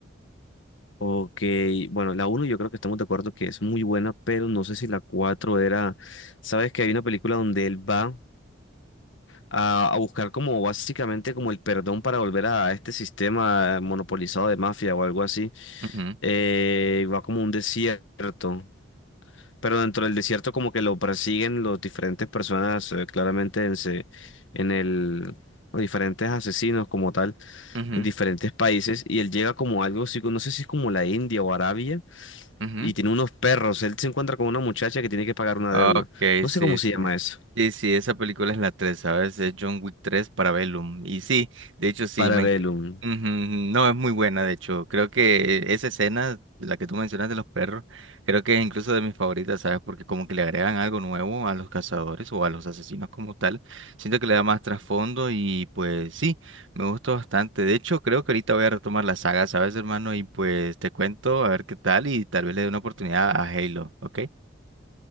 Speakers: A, on the left (about 70°); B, on the right (about 75°).
A: Ok, bueno, la uno yo creo que estamos de acuerdo que es muy buena, pero no sé si la 4 era, sabes que hay una película donde él va a, a buscar como básicamente como el perdón para volver a este sistema monopolizado de mafia o algo así,
B: Ujú,
A: eh, y va como a un desierto, pero dentro del desierto como que lo persiguen los diferentes personas, eh, claramente en, se- en el... los diferentes asesinos como tal
B: ujú,
A: en diferentes países y él llega como a algo así, no sé si es como la India o Arabia
B: ujú.
A: y tiene unos perros. Él se encuentra con una muchacha que tiene que pagar una
B: Ok,
A: deuda. No
B: sí,
A: sé cómo se
B: sí.
A: llama eso.
B: Sí, sí, esa película es la 3, ¿sabes? Es John Wick tres para Bellum. Y sí, de hecho sí,
A: Parabellum.
B: me enc- Ujú,
A: <laughs>
B: No, es muy buena, de hecho. Creo que esa escena, la que tú mencionas de los perros, creo que es incluso de mis favoritas, ¿sabes? Porque como que le agregan algo nuevo a los cazadores o a los asesinos como tal. Siento que le da más trasfondo y pues sí, me gustó bastante. De hecho, creo que ahorita voy a retomar la saga, ¿sabes, hermano? Y pues te cuento a ver qué tal y tal vez le dé una oportunidad a Halo, ¿ok?